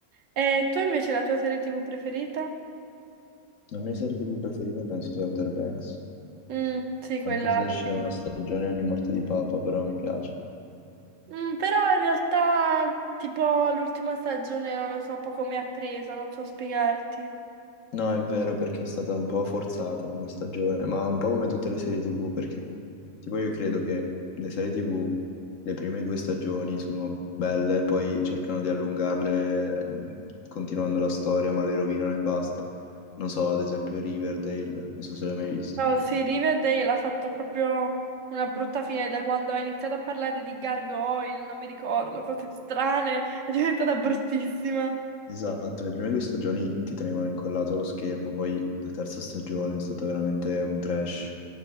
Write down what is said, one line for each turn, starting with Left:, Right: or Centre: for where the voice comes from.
Right: E tu invece la tua serie TV preferita?
Left: La mia serie TV preferita penso sia Outer Banks.
Right: Mm, sì, quella
Left: Anche se esce
Right: l'ho vista.
Left: una stagione ogni morte di Papa, però mi piace.
Right: Mm, però in realtà, tipo, l'ultima stagione non lo so poco mi ha preso, non so spiegarti.
Left: No, è vero perché è stata un po' forzata come stagione, ma un po' come tutte le serie TV, perché tipo io credo che le serie TV, le prime due stagioni sono belle, poi cercano di allungarle eh, continuando la storia, ma le rovinano e basta. Non so, ad esempio Riverdale, non so se l'hai mai visto.
Right: No, sì, Riverdale ha fatto proprio una brutta fine da quando ha iniziato a parlare di gargoyle, non mi ricordo, cose strane, <laughs> è diventata bruttissima.
Left: Esatto, le prime due stagioni ti tenevano incollato allo schermo, poi la terza stagione è stata veramente un trash,